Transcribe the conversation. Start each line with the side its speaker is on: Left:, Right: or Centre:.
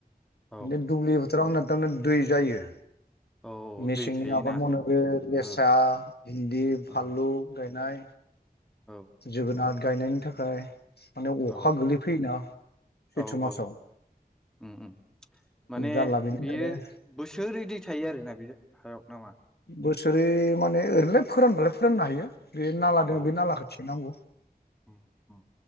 Centre: औ
Left: बि दुब्लि फोथाराव आंना थारमे दै जायो।
Centre: औ
Left: मेसेंनि
Centre: दै थायोना
Left: आबाद मावनो बे लेस्रा
Centre: ओ
Left: भिन्दि
Centre: औ
Left: फानलु गायनाय।
Centre: औ
Left: जोगोनार गायनायनि थाखाय। माने अखा
Centre: औ
Left: गोलैफैयोना सैथ'
Centre: औ औ
Left: मासाव।
Centre: औ उम उम। माने
Left: जारला बेनि
Centre: बियो
Left: थाखायनो
Centre: बोसोरि दै थायो आरोना बे हायाव नामा।
Left: बोसोरि माने ओरैनोलाय फोरानबालाय फोराननो हायो बे नाला दङ
Centre: औ
Left: बे नालाखौ थिग। नांगौ
Centre: उम उम